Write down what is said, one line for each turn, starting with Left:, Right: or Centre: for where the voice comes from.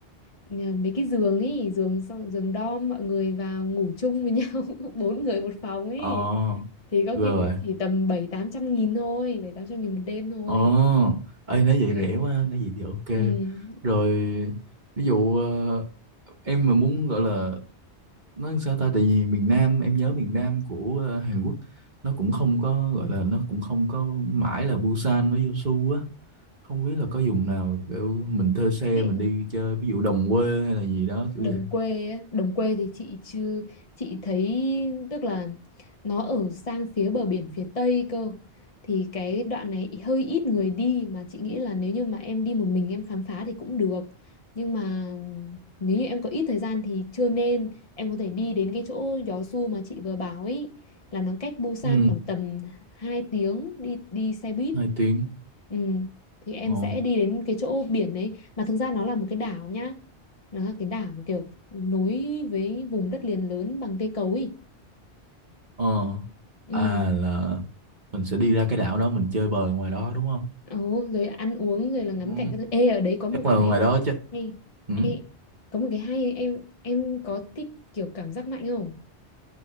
Left: nhờ mấy cái giường ấy giường xong giường dorm mọi người vào ngủ chung với nhau <laughs> bốn người một phòng ấy
Right: ờ
Left: thì có
Right: rồi
Left: khi cũng chỉ tầm bảy tám trăm nghìn thôi bảy tám trăm nghìn một đêm thôi
Right: ờ ê nói vậy
Left: ừ
Right: rẻ quá nói vậy thì ok
Left: ừ
Right: rồi ví dụ ờ, em mà muốn gọi là nói sao ta tại vì miền Nam em nhớ miền Nam của ờ, Hàn Quốc nó cũng không có gọi là nó cũng không có mãi là Busan với Yeosu á không biết là có vùng nào kiểu mình thuê xe
Left: cái,
Right: mình đi chơi ví dụ đồng quê hay là gì đó
Left: đồng
Right: kiểu vậy
Left: quê á. đồng quê thì chị chưa chị thấy tức là nó ở sang phía bờ biển phía tây cơ thì cái đoạn này hơi ít người đi mà chị nghĩ là nếu như mà em đi một mình em khám phá thì cũng được nhưng mà nếu như em có ít thời gian thì chưa nên em có thể đi đến cái chỗ Gió Su mà chị vừa bảo ấy là nó cách Busan
Right: ừ
Left: khoảng tầm 2 tiếng đi đi xe buýt
Right: hai tiếng
Left: Ừ, thì em
Right: ồ
Left: sẽ đi đến cái chỗ biển đấy mà thực ra nó là một cái đảo nhá nó là cái đảo kiểu nối với vùng đất liền lớn bằng cây cối ý.
Right: ờ
Left: ừ
Right: à là mình sẽ đi ra cái đảo đó mình chơi bời ngoài đó đúng không
Left: Ồ, rồi ăn uống rồi là ngắm
Right: ừ.
Left: cảnh các thứ ê ở đấy có một
Right: chắc là
Left: cái
Right: ngoài đó chắc
Left: hay
Right: ừ.
Left: ê, có một cái hay em em có thích kiểu cảm giác mạnh không